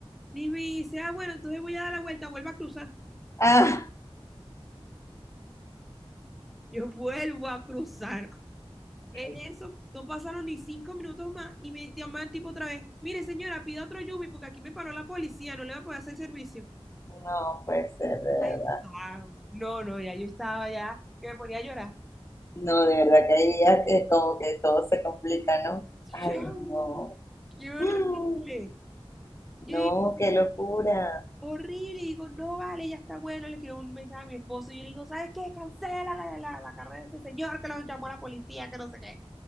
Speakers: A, in the centre; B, on the left.
A: Y me dice, ah, bueno, entonces voy a dar la vuelta, vuelvo a cruzar.
B: ah,
A: Yo vuelvo a cruzar. En
B: ay,
A: eso no pasaron ni cinco minutos más y me llaman tipo otra vez, mire señora, pida otro Yumi porque aquí me paró la policía, no le voy a poder hacer servicio.
B: no puede ser, de verdad.
A: Ay, pavo. no, no, ya yo estaba ya, que me ponía a llorar.
B: No, de verdad que hay días que como que todo se complica, ¿no?
A: Chau.
B: Ay, no.
A: ¡Qué horrible!
B: <gasps>
A: Yo
B: No,
A: digo,
B: qué locura.
A: horrible, y digo, no vale, ya está bueno. Le escribo un mensaje a mi esposo y yo le digo, ¿sabes qué? Cancela la, la, la carrera de ese señor que lo llamó la policía, que no sé qué.